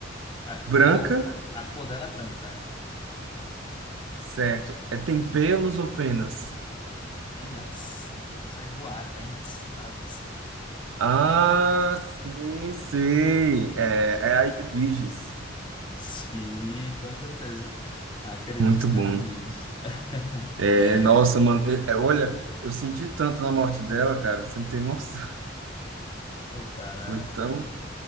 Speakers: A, on the left; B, on the right.
A: A
B: Branca,
A: cor, a cor dela é branca.
B: certo. É, tem pelos ou penas?
A: é Apenas. Consegue voar, é apenas. Asas.
B: Ah, sim, sei. É, é a de Virgis.
A: Sim, com certeza. A queridíssima
B: Muito bom.
A: Ed Vigils. <laughs>
B: É, nossa, mano. é, é, olha, eu senti tanto na morte dela, cara. Você não tem noção.
A: O cara,
B: Foi tão.